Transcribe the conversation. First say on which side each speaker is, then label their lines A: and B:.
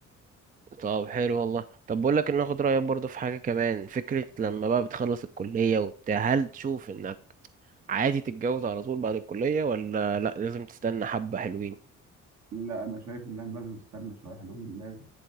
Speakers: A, on the right; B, on the right.
A: طب حلو والله طب بقول لك ان اخد رايك برضه في حاجه كمان فكره لما بقى بتخلص الكليه وبتاع هل تشوف انك عادي تتجوز على طول بعد الكلية ولا لأ لازم تستنى حبة حلوين
B: لا انا شايف ان احنا لازم نستنى شويه حلوين لازم